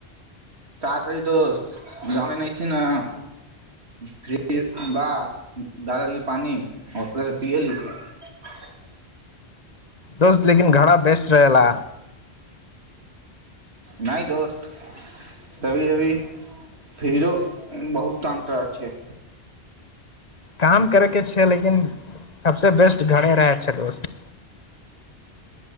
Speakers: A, on the right; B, on the left.
A: <inaudible>
B: दोस्त लेकिन घड़ा बेस्ट रहे ला।
A: नहि दोस्त तभी अभी फिरो बहुत काम करअ के छै
B: काम करै के छैय लेकिन सभसे बेस्ट घरे रहै छैय दोस्त।